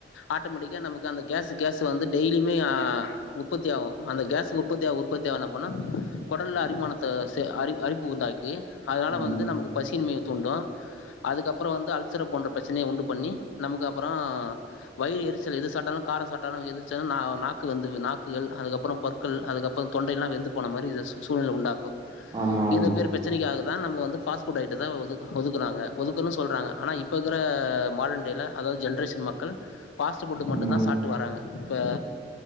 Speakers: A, on the left; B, on the right.
A: ஆட்டோமேட்டிக்கா நமக்கு அந்த கேஸ்சு கேஸ் வந்து டெய்லியுமே உற்பத்தி ஆகு அந்த கேஸ் உற்பத்திய உற்பத்தியா என்ன போனா கொடல்ல அரிமானத்த அரி அரிப்பு உண்டா கு அதனால
B: ம்
A: வந்து நமக்கு பசியின்மை தூண்டு அதுக்கப்புறோ வந்து அல்சர போன்ற பிரச்சனைய உண்டு பண்ணி நமக்கு பறோ வயிறு எரிச்சல் எது சாப்ட்டாலு காரோ சாட்டாலு எரிச்சல் நா நாக்கு வந்து நாக்குகள் அதுக்கப்றோ பற்கள் அதுக்கப்றோ தொண்டையெல்லா வெந்து போன மாரி சு சூழ்நிலை உண்டாக்கு
B: ஆமா ஆமா
A: இந்த பேர் பிரச்சனைக்கா அதா நம்ம வந்து ஃபாஸ்ட் ஃபுட் ஐட்டத ஒதுக்கு ஒதுக்குனாங்க ஒதுக்குணு சொல்றாங்க ஆனா இப்போ இருக்கற மார்டன் டே ல அதாவது ஜென்ரேஷன் மக்கள் பாஸ்ட்டு ஃபுட் மட்டு
B: ம்
A: தா சாப்ட்டு வராங்க இப்ப